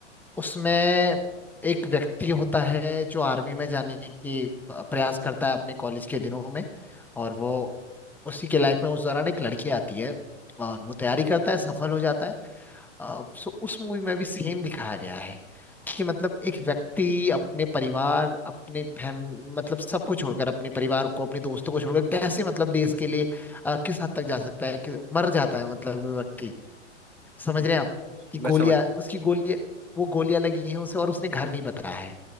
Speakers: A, in the centre; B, on the right.
A: उसमें एक व्यक्ति होता है जो आर्मी में जाने की प्रयास करता है अपने कॉलेज के दिनों में और वो उसी के लाइफ में उस दौरान एक लड़की आती है और वो तैयारी करता है सफल हो जाता है अ, सो उस मूवी में भी सेम दिखाया गया है कि मतलब एक व्यक्ति अपने परिवार अपने फैम मतलब सबको छोड़कर अपने परिवार को अपने दोस्तों को छोड़कर कैसे मतलब देश के लिए अ, किस हद तक जा सकता है कि मर जाता है मतलब वो व्यक्ति समझ
B: हम्म,
A: रहे हैं आप कि
B: मैं
A: गोलियां
B: समझ
A: उसकी गोलियां वो गोलियां लगी हैं उसे और उसने घर नहीं बताया है